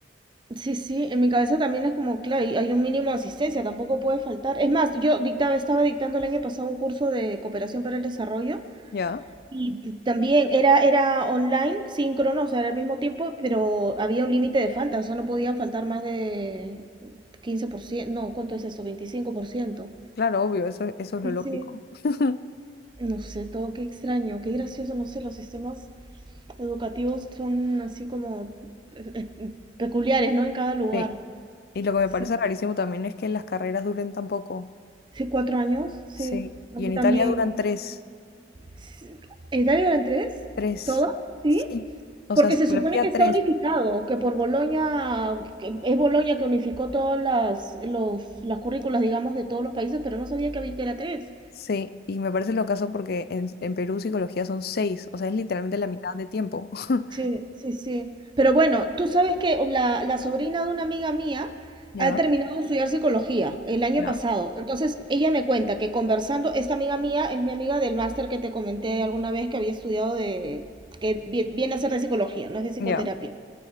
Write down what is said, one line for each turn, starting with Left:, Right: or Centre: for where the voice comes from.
Right: sí, sí, en mi cabeza también es como, claro, y hay un mínimo de asistencia, tampoco puede faltar. Es más, yo dictaba, estaba dictando el año pasado un curso de cooperación para el desarrollo
Left: Ya,
Right: y t- también era, era online, síncrono, o sea, era al mismo tiempo, pero había un límite de falta, o sea, no podía faltar más de 15%, no, ¿cuánto es esto? 25%.
Left: claro, obvio, eso, eso es
Right: Sí,
Left: lo lógico.
Right: sí.
Left: <laughs>
Right: No sé, todo qué extraño, qué gracioso, no sé, los sistemas educativos son así como eh, eh, peculiares, ¿no? En cada lugar.
Left: Sí. Y lo que me
Right: Sí,
Left: parece rarísimo también es que las carreras duren tan poco.
Right: sí, cuatro años, sí,
Left: Sí.
Right: a
Left: Y
Right: mí
Left: en
Right: también.
Left: Italia duran tres,
Right: Sí. ¿Italia eran tres?
Left: tres.
Right: ¿Todo? ¿Sí?
Left: Sí. O
Right: Porque
Left: sea, psicología
Right: se supone que está
Left: tres.
Right: unificado, que por Bolonia, que es Bolonia que unificó todas las, los, las currículas, digamos, de todos los países, pero no sabía que había que era tres.
Left: Sí, y me parece lo caso porque en, en Perú psicología son seis, o sea, es literalmente la mitad de tiempo. <laughs>
Right: Sí, sí, sí. Pero bueno, tú sabes que la, la sobrina de una amiga mía
Left: Ya,
Right: ha terminado de estudiar psicología el año
Left: ya,
Right: pasado. Entonces, ella me cuenta que conversando, esta amiga mía es mi amiga del máster que te comenté alguna vez que había estudiado de, que vi- viene a ser de psicología, no es de psicoterapia.
Left: ya.